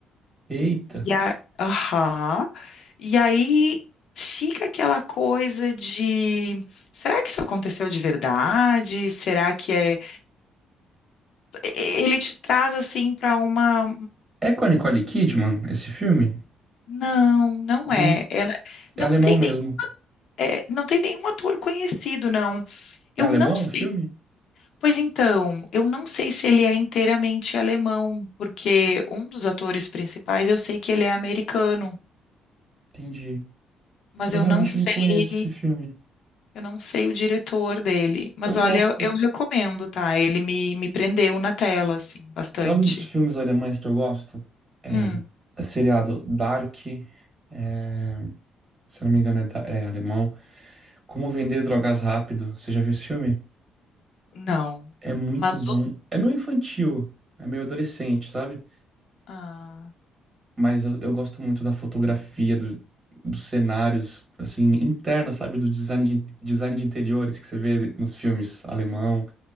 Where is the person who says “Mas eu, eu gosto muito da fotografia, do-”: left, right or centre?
Right